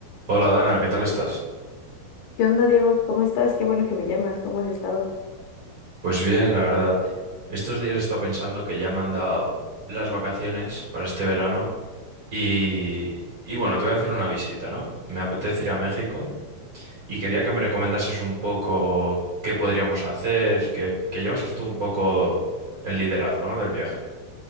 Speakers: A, on the right (about 40°); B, on the left (about 75°).
A: Hola Dana, ¿qué tal estás?
B: ¿Qué onda, Diego? ¿Cómo estás? Qué bueno que me llamas. ¿Cómo has estado?
A: Pues bien, la verdad. Estos días he estado pensando que ya me han dado las vacaciones para este verano y, y bueno, te voy a hacer una visita, ¿no? Me apetece ir a México y quería que me recomendases un poco qué podríamos hacer, que, que llevases tú un poco el liderazgo, ¿no? del viaje.